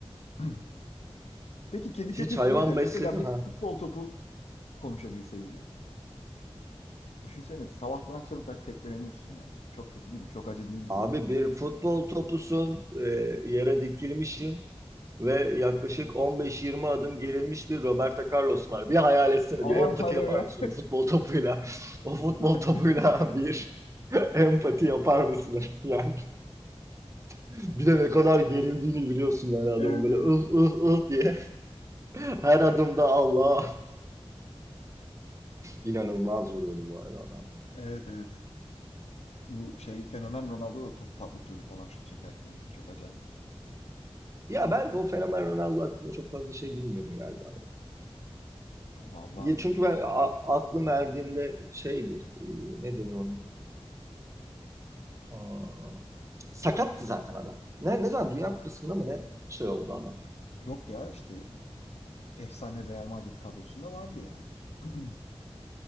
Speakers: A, on the left; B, on the right.
A: <clears throat> Peki kedi
B: Hiç
A: köpek
B: hayvan
A: değil de mesela
B: besledin
A: bir
B: ha?
A: futbol topu konuşabilseydi. Düşünsene sabahtan akşama kadar tekmeleniyorsun yani. Çok kötü değil mi? Çok acı değil mi
B: Abi
A: yani?
B: bir futbol topusun, e, yere dikilmişsin ve yaklaşık 15-20 adım gerilmiş bir Roberto Carlos var. Bir hayal etsene,
A: Aman
B: bir empati
A: tanrım
B: yapar
A: ya.
B: mısın o futbol topuyla? <laughs> O futbol
A: <laughs>
B: topuyla bir <laughs> empati yapar mısın? <laughs> Yani bir de ne kadar gerildiğini biliyorsun yani adamın
A: Evet
B: böyle
A: evet.
B: ıh ıh ıh diye <laughs> her adımda Allah inanılmaz vuruyordu bu arada adam.
A: Evet evet. Bu şey fenomen Ronaldo da top patlatıyordu falan şut çekerken yani. Çok acayip.
B: Ya ben bu fenomen Ronaldo hakkında çok fazla şey bilmiyorum galiba.
A: Valla
B: Ya çünkü ben a- aklım erdiğinde şeydi, e, ne denir onun? Aa, sakattı zaten adam. Ne, ne zaman Dünya Kupası'nda mı ne şey oldu adam.
A: yok ya işte efsane Real Madrid kadrosunda vardı yani. <clears throat>